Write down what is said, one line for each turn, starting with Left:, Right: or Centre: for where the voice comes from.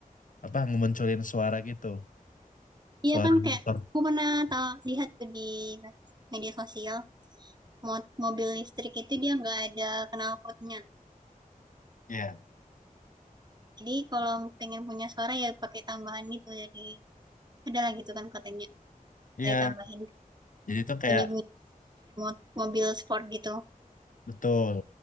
Left: apa ngemunculin suara gitu suara
Right: iya kan
Left: motor.
Right: kayak aku pernah tahu lihat tuh di media sosial mo- mobil listrik itu dia nggak ada knalpotnya.
Left: Iya.
Right: Jadi kalau pengen punya suara ya pakai tambahan gitu dari ada lagi tuh kan katanya
Left: Iya,
Right: saya tambahin
Left: jadi itu kayak
Right: bunyi-bunyi mo- mobil sport gitu.
Left: betul.